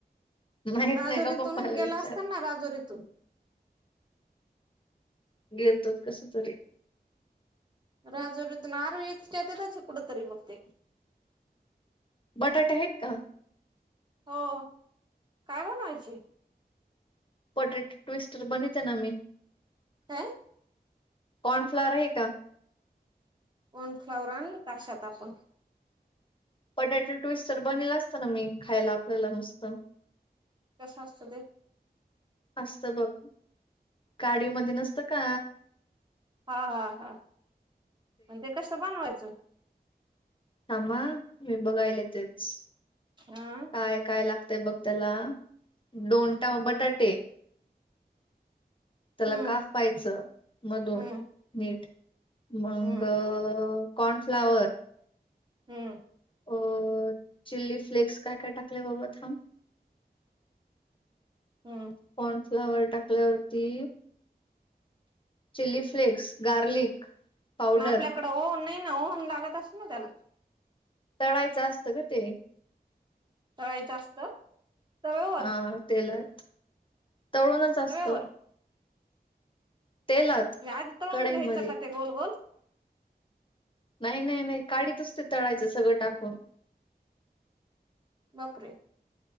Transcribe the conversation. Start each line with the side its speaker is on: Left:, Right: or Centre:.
Left: माहित
Right: राजोरीतून
Left: नाही का पप्पाला
Right: गेला
Left: विचार
Right: असता ना राजोरीतून.
Left: गेलतो कस तरी.
Right: राजुरी इथून आरोळी इथ त्यातच हाय कुठेतरी बघ ते.
Left: बटाटे आहेत का.
Right: हो काय म्हणायचे.
Left: पटेट ट्विस्टर बनिते ना मी.
Right: काय.
Left: कॉर्न फ्लॉवरर आहे का.
Right: कॉर्नफ्लावर आणली काशात आपण,
Left: पटॅटो ट्विस्ट तरर बनला असत ना मी खायला आपल्याला मस्त.
Right: कश असत ते.
Left: असत बघ गाडी मध्ये नसत का.
Right: हा हा हा ते कसं बनवायचं.
Left: थांब मी बघायला तेच.
Right: हा आ.
Left: काय काय लागतंय बघ त्याला दोन
Right: हम्म
Left: टा बटाटे. त्याला
Right: हम्म
Left: काफयच मधून
Right: हम्म
Left: नीट मग.
Right: हम्म
Left: कॉर्नफ्लावर.
Right: हम्म.
Left: अ चिली फ्लेक्स काय काय टाकल्या बाबत थांम.
Right: हम्म.
Left: कॉर्नफ्लावर टाकल्यावरती. Chilli flakes garlic. पावडर
Right: पण आपल्याकडं ओहन नाही ना ओहन लागत अस ना त्याला.
Left: तळाायचं असतं ग ते.
Right: कळायचं असतं. तव्यावर
Left: हा तेलात तळूणच असत.
Right: तव्यावर
Left: तेलात
Right: आधी तळून
Left: कढाईमध्ये
Right: घ्यायचं का ते गोल गोल.
Left: नाही नाही नाही काढत असते तळायचं सगळं टाकून.
Right: बापरे